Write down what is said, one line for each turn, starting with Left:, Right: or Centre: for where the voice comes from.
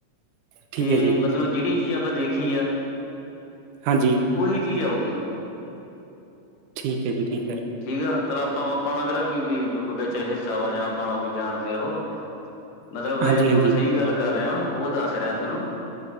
Right: ਠੀਕ
Left: ਤੇ
Right: ਹੈ ਜੀ
Left: ਮਤਲਬ ਜੇੜੀ ਚੀਜ਼ ਆਪਾਂ ਦੇਖੀ ਆ
Right: ਹਾਂਜੀ।
Left: ਓਹੀ ਚੀਜ਼ ਆਊਗੀ।
Right: ਠੀਕ ਏ ਜੀ, ਠੀਕ ਐ।
Left: ਠੀਕ ਆ, ਚਲ ਆਪਾਂ ਆਪਾਂ ਨਾਂ ਕੇੜਾ ਕੋਈ ਵੀ ਕੋਈ ਵਿੱਚ ਹਿੱਸਾ ਵਾ ਜਾਂ ਆਪਾਂ ਨਾਂ ਕੋਈ ਜਾਣਦੇ ਆ ਓ ਹੋ।
Right: <inaudible>
Left: ਮਤਲਬ ਮੈਂ
Right: ਹਾਂਜੀ-ਹਾਂਜੀ
Left: ਜੋ ਸਈ ਗੱਲ ਕਰ ਰਿਆਂ, ਓ ਦੱਸ ਰਿਆ ਥੋਨੂੰ।